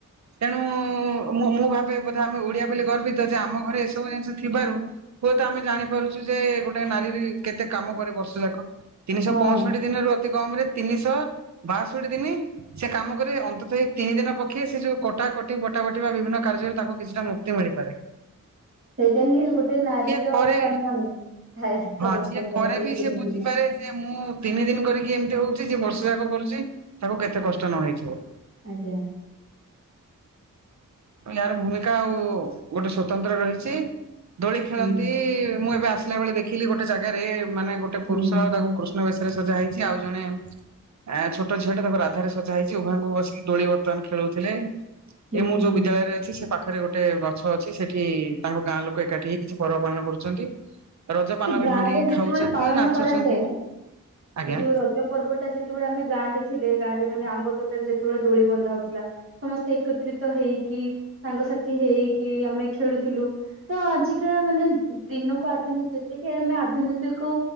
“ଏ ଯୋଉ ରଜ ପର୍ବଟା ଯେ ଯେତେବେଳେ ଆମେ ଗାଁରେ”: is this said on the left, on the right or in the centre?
Right